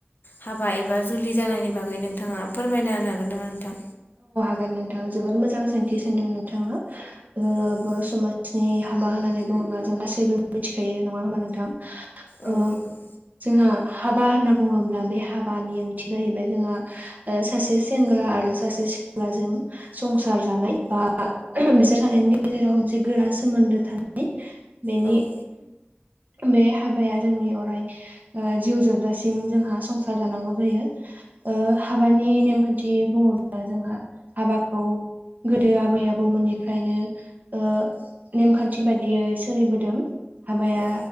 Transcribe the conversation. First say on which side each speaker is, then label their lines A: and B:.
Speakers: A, on the left (about 55°); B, on the right (about 45°).
A: हाबा एबा जुलि जानायनि बागै नों थाङा फोरमायना होनो हागोन नामा नोंथां?
B: गोन नोंथां जोबोर मोजां सोंथि सोंदों नोंथाङा। ओ
A: औ
B: बर' समाज नि हाबा होननानै बुङोब्ला जों गासैबो मिथिखायो नङा होमबा नोंथां।
A: औ
B: ओ
A: नंगौ
B: जोंहा। हाबा होनना बुङोब्ला बे हाबानि ओंथि जाहैबाय जोंहा ओ सासे सेंग्रा आरो सासे सिख्लाजों संसार जानाय बा बिसोर थानायनि गेजेराव मोनसे गोरा सोमोन्दो थानाय बेनि
A: औ औ।
B: बे हाबाया जोंनि अराय ओ जिउ जोबजासिम जोंहा संसार जानांगौ जायो। ओ हाबानि नेमखान्थि बुङोब्ला जोंहा हाबाखौ गोदो आबै आबौमोननिफ्रायनो ओ नेमखान्थि बादियै सोलिबोदों। हाबाया
A: औ।